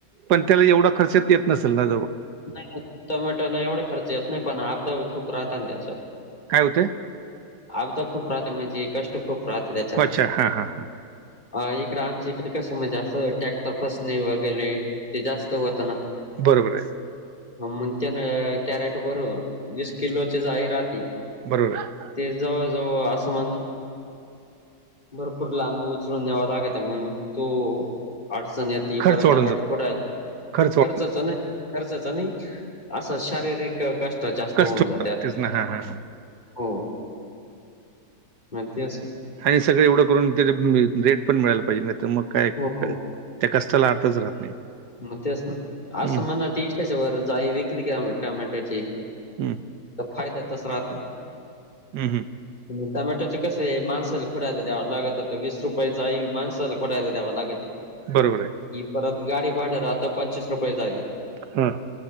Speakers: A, on the right; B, on the left.
A: पण त्याला एवढा खर्चात येत नसेल नऔ
B: नाही टोमॅटोला एवढा खर्च येत नाही पण अब दा खूप राहत न त्याचा‌त.
A: काय होते.
B: अबदा खूप राहते म्हणजे कष्ट खूप राहते त्याच्यात.
A: अच्छा हां, हां, हां.
B: अ इकडे आमच इकडे कसं म्हणजे अस टॅक्टर फसणे वगैरे ते जास्त होतं ना.
A: बरोबर आहे.
B: ह म्हण त्या कॅरेट भर वीस किलोची जाळी राहते.
A: बरोबर आहे.
B: ते जवळजवळ असं म्हणा भरपूर लांब उचलून न्यावा लागत मग तो अडचण येत. त
A: खर्च
B: परत
A: वाढून जातो.
B: खोडायला
A: खर्च वाढून
B: खर्चच नाही खर्चच नाही असं शारीरिक कष्ट जास्त
A: कष्ट
B: होऊन
A: वाढतात
B: जा त्यात
A: तेच ना. हां, हां, हां.
B: हो. मग तेच
A: आणि सगळं एवढं करून रेट पण मिळायला पाहिजे नाही तर मग काय
B: हो.
A: त्या कष्टाला अर्थच राहत नाही.
B: मग तेच ना आज
A: हं,
B: म्हण तीच्या वर जाई विकली क टोमॅटोची.
A: हंम.
B: तर फायद्यातच राहत.
A: हम हम.
B: आणि टोमॅटोच कसं आहे माणसाला खुडयला द्यावं लागत वीस रुपये जाई माणसाला खुडायला द्यावं लागती.
A: बरोबर आहे.
B: परत गाडी भाड राहत पंचवीस रुपये जाळी.
A: हा.